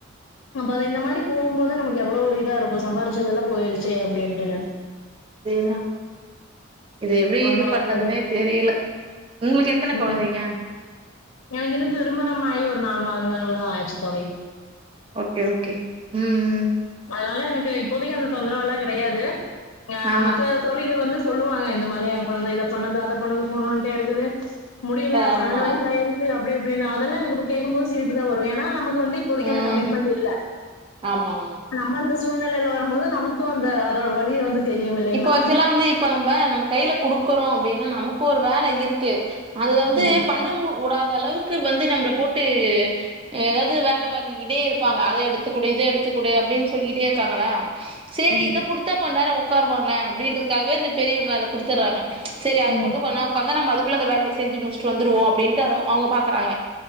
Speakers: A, on the left; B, on the right.
A: அப்போ அது இந்த மாரி போம்போது நமக்கு எவ்ளோ ஒரு இதா இருக்கு சம்பாரிச்சதெல்லாம் போயிருச்சு அப்டின்ட்டுன்னு
B: அதேதா இத எப்டி
A: ஆமா
B: இது பண்றதுன்னே
A: தோழி
B: தெரியல உங்களுக்கு எத்தனை
A: ம்
B: கொழந்தைங்க
A: எனக்கு இன்னு திருமணமாகி ஒரு நாலு மாதங்கள் தா ஆச்சு தோழி
B: ஓகே ஓகே ம் ம்
A: அதனால எனக்கு இப்போதைக்கி அந்த தொந்தரவு எல்லா கிடையாது அ
B: ஆ
A: மத்த தோ ழிகள் வந்து சொல்லுவாங்க இந்த மாதிரி எ குழந்தை இத பண்ணுது அத பண்ணுது ஃபோன் நோன்டிட்டே இருக்குது முடியல
B: ஆமா
A: பன்னெண்டு வயசு ஆயிருச்சு அப்டி இப்டின்னு அதெல்லா எனக்கு இப்ப கேட்கும் போது சிரிப்புதா வரு ஏன்னா நமக்கு வந்து இப்போதைக்கி
B: ம்
A: அந்த கமிட்மெண்ட் இல்ல
B: ஆமா ஆமா
A: நம்ம இந்த சூழ்நிலையில வரும்போது நமக்கு அந்த அதோட வலிய வந்து தெரியும் இல்லைங்களா?
B: இப்போ ஆக்சுவலா வந்து இப்ப நம்ம நம்ம கையில குடுக்குறோ அப்டின்னா நமக்கு ஒரு வேல இருக்கு அதுல வந்து
A: ம்,
B: பண்ணம்மு வுடாத அளவுக்கு வந்து நம்ள போட்டு ஏதாவ்து வேல வாங்கிக்கிட்டே இருப்பாங்க அத எடுத்துக்கொடு இத எடுத்துக்கொடு அப்டின் சொல்லிக்கிட்டே இருக்காங்களா சரி
A: ம்,
B: இத குடுத்தா கொன் நேரவ் உக்காருவாங்க அப்டின்றதுக்காகவே இந்த பெரியவங்க அத குடுத்தர்றாங்க சரி அத
A: ம்,
B: கொண்டு போனா உக்காந்தா நம்ம அதுக்குள்ள அந்த வேலை செஞ்சி முடிச்ட்டு வந்துருவோ அப்படின்ட்டு அதவ் அவ்ங்க பாக்கறாங்க